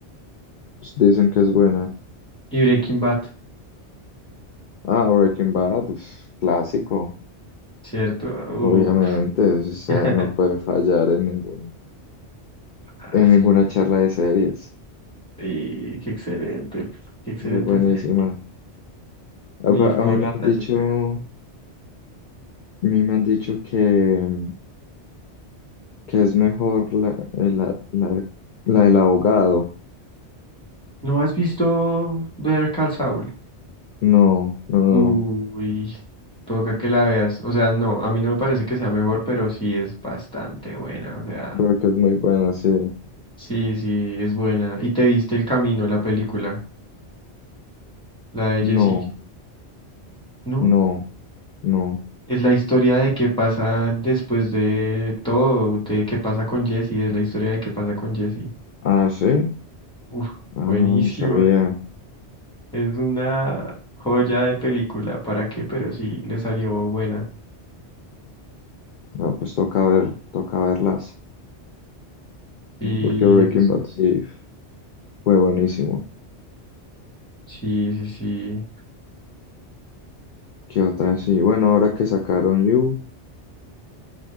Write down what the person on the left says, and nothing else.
pues, dicen que es buena.
Ah, Breaking Bad, uf, clásico.
Obviamente, o sea,
no puede fallar en ningún,
en
ninguna charla de series.
Es que es buenísima.
A, pa-
a mí me han dicho,
a mí me han dicho que, mm, que es mejor la, eh, la, la, la del abogado.
No, no, no,
no.
Pero que es muy buena, sí.
No,
no, no.
Ah, sí.
Ah,
no, no sabía.
Ah, pues toca ver, toca verlas.
Porque Breaking Bad sí fue buenísimo.
¿Qué otra? Sí, bueno, ahora que sacaron You,